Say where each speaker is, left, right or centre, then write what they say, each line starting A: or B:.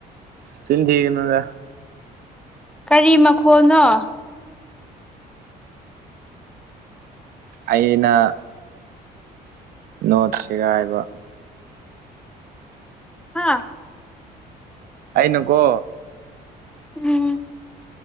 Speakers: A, on the right (about 60°); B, in the centre.
A: ꯆꯤꯟ ꯊꯤꯒꯅꯨꯗ
B: ꯀꯔꯤ ꯃꯈꯣꯜꯅꯣ
A: ꯑꯩꯅ ꯅꯣꯠ ꯁꯦꯒꯥꯏꯕ
B: ꯍꯥ
A: ꯑꯩꯅ ꯀꯣ
B: ꯎꯝ